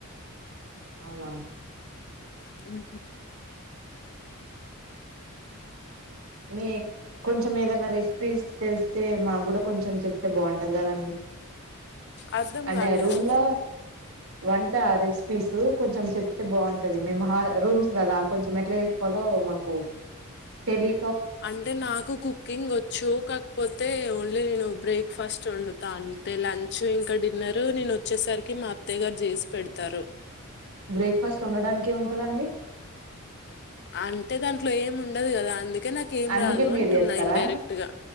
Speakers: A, on the right; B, on the left.
A: అవునా
B: అమ్
A: మీ కొంచెం ఏదైనా రెసిపీస్ తెలిస్తే మాకు కూడా కొంచెం చెప్తే బాగుంటది కదండి
B: అర్ధం
A: అంటే
B: కాలేదు
A: రూమ్ లో వన్ రెసిపీస్ కొంచెం చెప్తే బాగుంటది మేము రూమ్స్ కదా కొంచెం ఎట్లా చేసుకోవాలో మాకు తెలి
B: అంటే నాకు కుకింగ్ వచ్చు కాకపోతే ఓన్లీ నేను బ్రేక్ఫాస్ట్ వండుతా అంతేలే అన్చు చ్చు ఇంకా డిన్నరు నీను వచ్చేసరికి మా అత్తయ్య గారు చేసి పెడతారు
A: బ్రేక్ఫాస్ట్ వండడానికి ఏముంటదండి
B: అంటే దాంట్లో ఏమి ఉండదు కదా అందుక కానీ నాకేం
A: అందుకే
B: రాదు
A: మీరు
B: అంటున్నా
A: చేస్తారా
B: ఇన్ డైరెక్ట్ గా